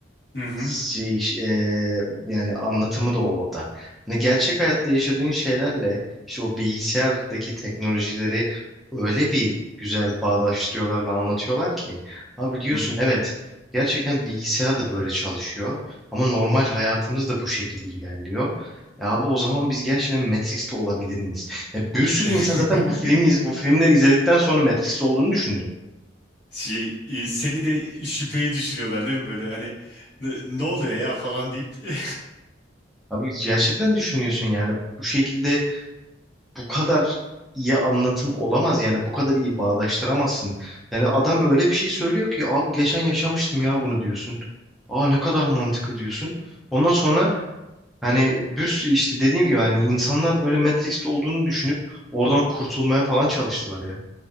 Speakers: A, on the left; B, in the centre.
A: Hı hı
B: şey, e, yani anlatımı da orada. Hani gerçek hayatta yaşadığın şeylerle işte o bilgisayardaki teknolojileri öyle bir güzel bağdaştırıyorlar ve anlatıyorlar ki abi diyorsun
A: Hı hı.
B: evet gerçekten bilgisayar da böyle çalışıyor ama normal hayatımız da bu şekilde ilerliyor. Ya abi o zaman biz gerçekten Matrix'te olabilir miyiz? Ya bir sürü
A: <laughs>
B: insan zaten bu filmi iz- bu filmleri izledikten sonra Matrix'te olduğunu düşündü.
A: Şey, e, seni de şüpheye düşürüyorlar değil mi böyle hani "N- ne oluyor ya falan deyip. <laughs>
B: Abi gerçekten düşünüyorsun yani bu şekilde bu kadar iyi anlatım olamaz yani bu kadar iyi bağdaştıramazsın. Yani adam öyle bir şey söylüyor ki abi geçen yaşamıştım ya bunu diyorsun. Aa ne kadar mantıklı diyorsun. Ondan sonra hani bir sürü- işte dediğim gibi hani insanlar böyle Matrix'te olduğunu düşünüp oradan kurtulmaya falan çalıştılar ya.